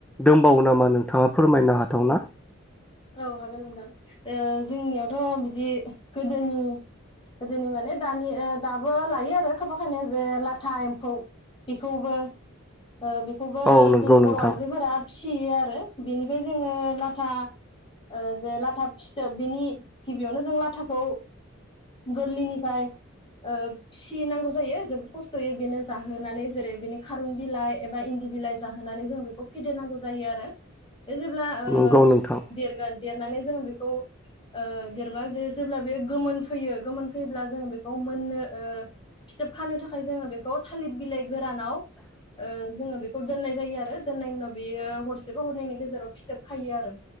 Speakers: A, in the centre; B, on the left.
A: दंबावो नामा नोंथाङा फोरमायनो हाथावना?
B: औ हागोन नोंथां ओ जोंनियावथ' बिदि गोदोनि गोदोनि माने दानि ओ दाबो लायो आरो खाफा खानिया जे लाथा एम्फौ बेखौबो ओ बेखौबो
A: औ नंगौ
B: जोंनि बर'
A: नोंथां
B: आइजोफोरा फिसियो आरो। बेनिफ्राय जोङो लाथा ओ जे लाथा फिथोब बिनि गिबियावनो जों लाथाखौ गोरलैनिफ्राय ओ फिसिनांगौ जायो जोबोद खस्थ'यै बेनो जाहोनानै जेरै बेनि खारुन बिलाइ एबा इन्दि बिलाइ जाहोनानै जों बेखौ फेदेरनांगौ जायो आरो। बे जेब्ला ओ
A: नंगौ नोंथां
B: देरनानै जोङो बेखौ ओ देरना जे जेब्ला बे गोमोन फैयो गोमोन फैयोब्ला जोङो बेखौ मोननो ओ फिथोब खानो थाखाय जोङो बेखौ थालिर बिलाइ गोरानाव ओ जोङो बेखौ खौ दोननाय जायो आरो दोननायनि उनाव बियो हरसेबा हरननायनि गेजेराव फिथोब खायो आरो